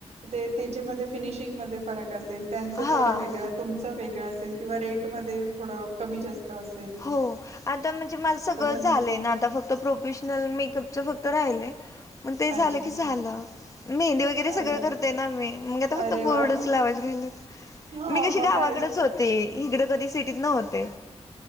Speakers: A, on the right (about 70°); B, on the left (about 30°).
A: ते त्याच्यामध्ये फिनिशिंगमध्ये फरक असत असल त्यांचं
B: हा
A: थोडा वेगळं तुमचं वेगळं असेल किंवा रेटमध्ये थोडं कमी जास्त अस
B: हो आता म्हणजे मला सगळं झालंय
A: लोक हा
B: ना आता फक्त प्रोफेशनल मेकअपच फक्त राहिलय मग ते झालं
A: अच्छा
B: की झालं. मेहंदी वगैरे सगळं
A: अरे
B: करते ना मी मे आता
A: अरे
B: फक्त
A: वा
B: बोर्डच लावायच घेयल.
A: हो
B: मी
A: मग
B: कशी गावाकडेच
A: काय
B: होते इकडं कधी सिटीत नव्हते.